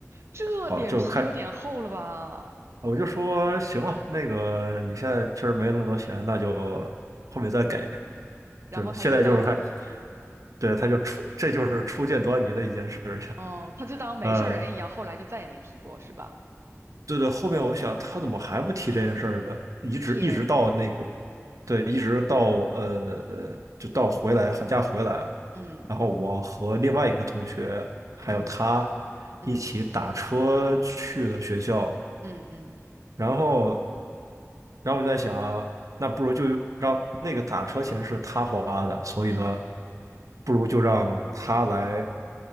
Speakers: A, on the right; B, on the right.
A: 这脸皮有点厚了吧？
B: 哦就开我就说行了，那个你现在确实没那么多钱，那就后面再给。
A: 然后他就当
B: 就是现在就是看，对，他就初，这就是初见端倪的一件事情。
A: <laughs> 哦，他就当没事儿人一样，
B: 呃，
A: 后来就再也没提过，是吧？
B: 对对，后面我想他怎么还不提这件事儿呢？一直一直到那个，
A: 天，
B: 对，一直到呃，就到回来寒假回来，
A: 嗯
B: 然后我和另外一个同学还有他
A: 嗯嗯
B: 一起打车去了学校，
A: 嗯嗯
B: 然后，然后我在想，那不如就让那个打车钱是他花的，所以呢，
A: 嗯，
B: 不如就让他来，